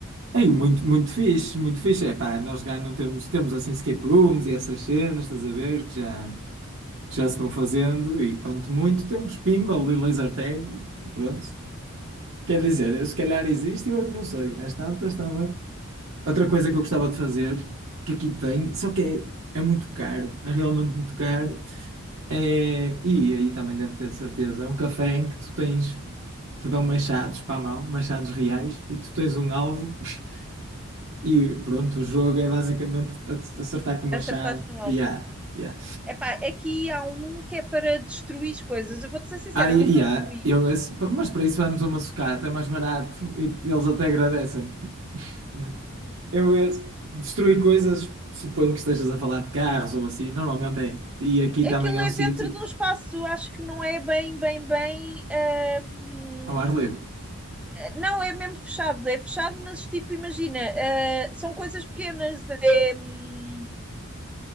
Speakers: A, on the right; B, in the centre.
A: Aí, muito, muito fixe, muito fixe. É pá, nós já não temos, temos assim escape rooms e essas cenas, estás a ver, que já, que já se vão fazendo. E quanto muito temos pinball e laser tag, e pronto. Quer dizer, se calhar existe, eu é que não sei. Às tantas também. Outra coisa que eu gostava de fazer, que aqui tem, só que é, é muito caro, é realmente muito caro, é, e aí também deve ter de certeza, é um café em que tu tens, te dão machados para a mão, machados reais, e tu tens um alvo, <laughs> e pronto, o jogo é basicamente a- a- acertar com o machado,
B: acertaste no alvo.
A: e há, e há.
B: Epá, aqui há um que é para destruir as coisas. Eu vou-te ser sincera,
A: Ah, e-
B: eu nunca
A: e há,
B: fui.
A: eu esse- mas para isso vamos a uma sucata, é mais barato, e eles até agradecem. <laughs> Eu ia destruir coisas, suponho que estejas a falar de carros ou assim, normalmente é. E aqui
B: Aquilo
A: também é
B: é
A: um sítio
B: dentro de um espaço, acho que não é bem, bem, bem. hum,
A: ao ar livre.
B: não, é mesmo fechado, é fechado, mas tipo, imagina, ah, são coisas pequenas. É, hum,